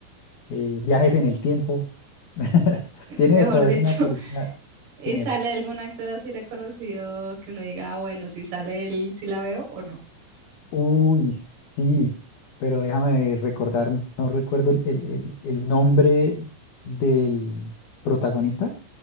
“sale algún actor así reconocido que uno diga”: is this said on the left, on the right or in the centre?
Right